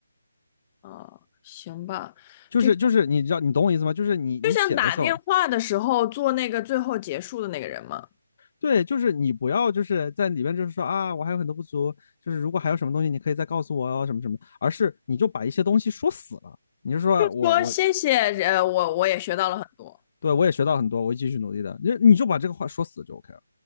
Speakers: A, on the left; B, on the left.
A: 啊？行吧，
B: 就是就是你知道你懂我意思吗？
A: 就就
B: 就是你你写的时候，
A: 像打电话的时候做那个最后结束的那个人嘛。
B: 对，就是你不要就是在里面就是说啊，我还有很多不足，就是如果还有什么东西，你可以再告诉我哦，什么什么，而是你就把一些东西说死了，你就说我我
A: 说谢谢，呃，我我也学到了很多。
B: 对我也学到很多，我会继续努力的，你你就把这个话说死就 OK 了。